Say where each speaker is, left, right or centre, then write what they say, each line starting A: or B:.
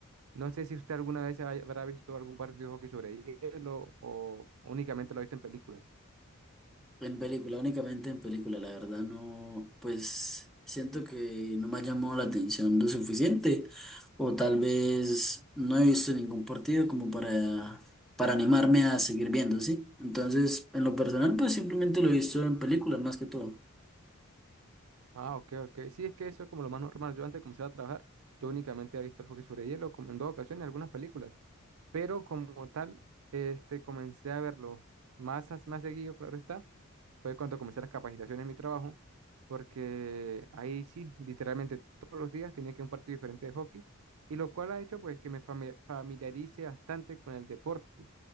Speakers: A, on the right; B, in the centre.
A: No sé si usted alguna vez haya- habrá visto algún partido de hockey sobre hielo o únicamente lo ha visto en películas.
B: En película, únicamente en película, la verdad no, pues siento que no me ha llamado la atención lo suficiente o tal vez no he visto ningún partido como para, para animarme a seguir viendo, ¿sí? Entonces, en lo personal, pues simplemente lo he visto en película más que todo.
A: Ah, ok, ok. Sí, es que eso es como lo más normal. Yo antes de comenzar a trabajar, yo únicamente había visto el hockey sobre hielo como en dos ocasiones, algunas películas. Pero como tal, este, comencé a verlo más, as- más seguido, claro está fue cuando comencé las capacitaciones en mi trabajo, porque ahí sí, literalmente todos los días tenía que ir a un partido diferente de hockey, y lo cual ha hecho pues que me fami- familiarice bastante con el deporte.